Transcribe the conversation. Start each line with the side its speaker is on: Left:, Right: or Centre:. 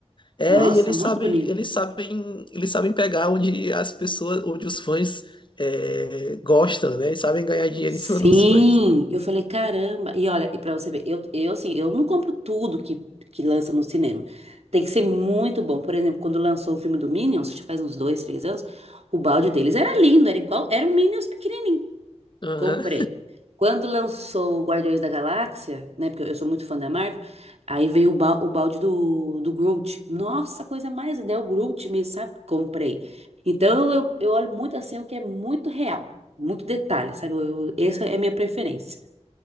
Left: É,
Right: nossa,
Left: e eles
Right: muito
Left: sabem,
Right: bonito.
Left: eles sabem, eles sabem pegar onde as pessoas, onde os fãs é, gostam, né? E sabem ganhar dinheiro
Right: Sim,
Left: em cima dos fãs.
Right: eu falei, caramba. E olha, e para você ver, eu, eu assim, eu não compro tudo que, que lança no cinema. Tem que ser muito bom. Por exemplo, quando lançou o filme do Minions, que já faz uns dois, três anos, o balde deles era lindo, era igual, era um Minions pequenininho.
Left: Aham,
Right: Comprei. Quando lançou o Guardiões da Galáxia, né? Porque eu eu sou muito fã da Marvel, aí veio o, ba- o balde do, do Groot. Nossa, coisa mais linda, é o Groot mesmo, sabe? Comprei. Então eu, eu olho muito assim o que é muito real, muito detalhe, sabe? Eu, eu- essa é a minha preferência.